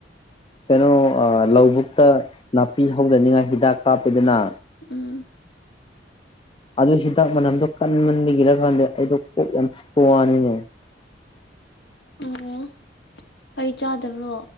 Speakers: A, on the left; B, on the left.
A: ꯀꯩꯅꯣ ꯂꯧꯕꯨꯛꯇ ꯅꯥꯄꯤ ꯍꯧꯗꯅꯤꯡꯉꯥꯏ ꯍꯤꯗꯥꯛ ꯀꯥꯞꯄꯗꯨꯅ
B: ꯎꯝ
A: ꯑꯗꯨ ꯍꯤꯗꯥꯛ ꯃꯅꯝꯗꯣ ꯀꯟꯃ ꯂꯤꯔꯀꯥꯟꯗ ꯑꯩꯗꯣ ꯀꯣꯛ ꯌꯥꯝ ꯆꯄꯅꯤꯅꯦ
B: ꯑꯣ ꯑꯩ ꯆꯥꯗꯕ꯭ꯔꯣ